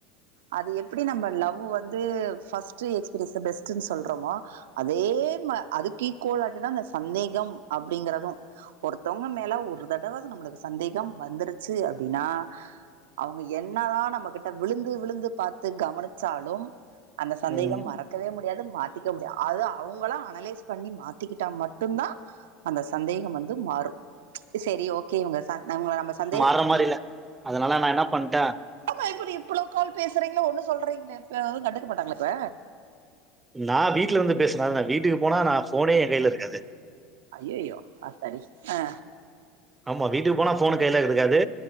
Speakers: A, on the right; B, on the right.
A: அது எப்டி நம்ம லவ் வந்து ஃபஸ்ட்டு எக்ஸ்ப்ரீ இஸ் த பெஸ்ட்டுனு சொல்றமோ அதே மா அதுக் ஈகோலாட்டிதா அந்த சந்தேக ம் அப்டிங்கறது ஒருத்தவங்க மேல ஒரு தடவ நம்ளுக்கு சந்தேகம் வந்துரு ச்சு அப்டின்னா அவுங்க என்ன தா நம்மகிட்ட விழுந்து விழுந்து பாத்து கவனிச்சாலும் அந்த சந்தேகம்
B: ம்.
A: மறக்கவே முடியாது மாத்திக்க முடியா அது அவுங்களா அனலைஸ் பண்ணி மாத்திக்கிட்டா மட்டுந்தா அந்த சந்தேகம் வந்து மாறு செரி ஓகே இவுங்க ச ந இவுங்கள நம்ம சந்தேக
B: வர மாரி இல்ல அதுனால நா என்ன பண்ட்டே
A: ஏ பயப்பட்றீங்க இப்பளோ கால் பேசறீங்களே ஒன்னு சொல்றீங்களே இப்ப எது கண்டுக்க மாட்டாங்ளா இப்ப
B: நா வீட்லர்ந்து பேஸ்னாதான வீட்டுக்கு போனா நா ஃபோனே எங்கைல இருக்காது
A: அய்யயோ ஆத்தாடி ஆ
B: ஆமா வீட்டுக்கு போனா ஃபோனு கைல இருக்காது